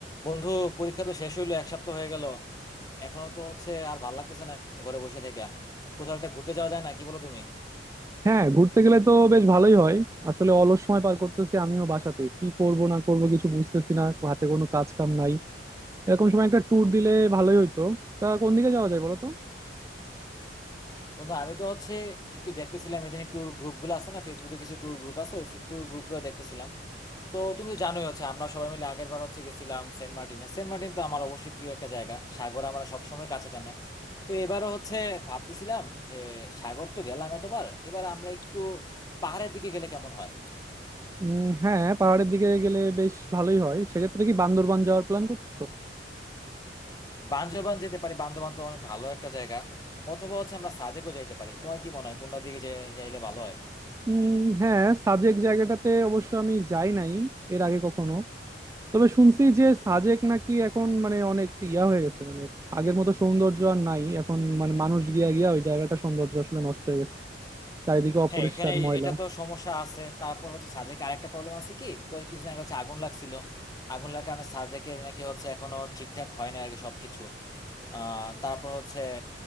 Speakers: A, on the left; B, on the right.
A: বন্ধু পরীক্ষা তো শেষ হইলো এক সপ্তাহ হয়ে গেল এখনো তো হচ্ছে আর ভাল লাগতেছে না ঘরে বসে থেকে কোথাও একটা ঘুরতে যাওয়া যায় না কি বলো তুমি
B: হ্যাঁ ঘুরতে গেলে তো বেশ ভালোই হয় আসলে অলস সময় পার করতেছি আমিও বাসাতে কি করব না করব কিছু বুঝতেছি না হাতে কোনো কাজ কাম নাই এরকম সময় একটা ট্যুর দিলে ভালোই হইতো তা কোন দিকে যাওয়া যায় বলো তো
A: বন্ধু আমি তো হচ্ছে একটু দেখতেছিলাম এদিন ট্যুর গ্রুপ গুলো আছে না ফেসবুকে কিছু ট্যুর গ্রুপ আছে ওই ট্যুর গ্রুপ গুলো দেখতেছিলাম তো তুমি তো জানোই হচ্ছে আমরা সবাই মিলে আগের বার হচ্ছে গেছিলাম সেন্ট মার্টিনে সেন্ট মার্টিন তো আমার অবশ্যই প্রিয় একটা জায়গা সাগর আমরা সবসময় কাছে টানে তো এবারও হচ্ছে ভাবতেছিলাম যে সাগর তো গেলাম এতবার এবার আমরা একটু পাহাড়ের দিকে গেলে কেমন হয়
B: উম হ্যাঁ পাহাড়ের দিকে গেলে বেশ ভালোই হয় সেক্ষেত্রে কি বান্দরবান যাওয়ার প্ল্যান করতেছো
A: বান্দরবান যেতে পারি বান্দরবান তো অনেক ভালো একটা জায়গা অথবা হচ্ছে আমরা সাজেকও যাইতে পারি তোমার কি মনে হয় কোনটা দিকে যাই- যাইলে ভালো হয়
B: উম হ্যাঁ সাজেক জায়গাটাতে অবশ্য আমি যাই নাই এর আগে কখনো তবে শুনছি যে সাজেক নাকি এখন মানে অনেক ইয়া হয়ে গেছে মানে আগের মতো সৌন্দর্য আর নাই এখন মানে মানুষ গিয়া গিয়া ওই জায়গাটা সৌন্দর্য আসলে নষ্ট হয়ে গেছে চারিদিকে অপরিষ্কার
A: হ্যাঁ এখানে
B: ময়লা
A: এটা তো সমস্যা আছে তারপর হচ্ছে সাজেকে আরেকটা প্রবলেম আছে কি কয়েক কিছুদিন আগে হচ্ছে আগুন লাগছিল আগুন লাগার কারণে সাজেকের নাকি হচ্ছে এখনো ঠিকঠাক হয় না আর কি সবকিছু আহ তারপর হচ্ছে